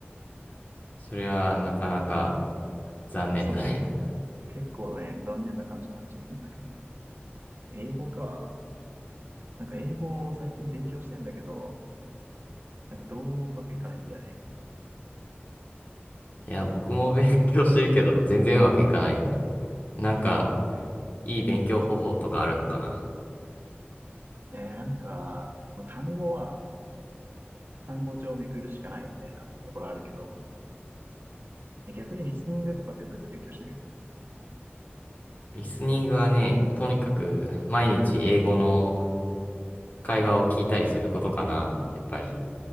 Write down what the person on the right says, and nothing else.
だから、
そう、結構ね、残念な感じになっちゃったんだけどね。英語か。なんか英語を最近勉強してんだけど、なんかどうもうまくいかないんだよね。
えーなんか、もう単語は単語帳をめくるしかないみたいなところあるけど、え逆にリスニングとかってどうやって勉強してる